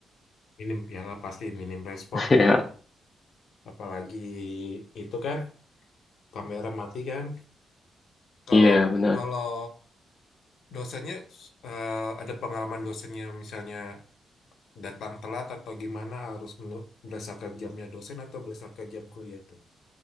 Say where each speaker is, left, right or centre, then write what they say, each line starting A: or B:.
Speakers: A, on the left; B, on the left.
A: minim ya lah pasti minim respon
B: <laughs>
A: lah.
B: Ya,
A: Apalagi itu kan kamera mati kan. Kalau
B: iya benar.
A: kalau dosennya eh, ada pengalaman dosennya misalnya datang telat atau gimana harus menu- berdasarkan jamnya dosen atau berdasarkan jam kuliah tuh